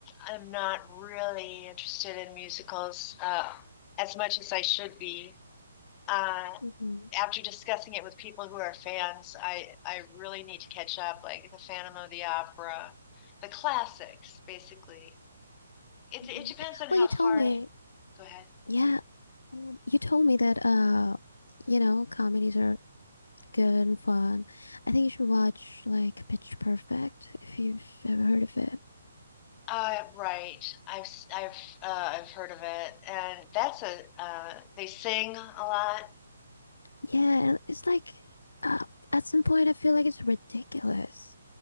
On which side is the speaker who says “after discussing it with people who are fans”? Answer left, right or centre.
Left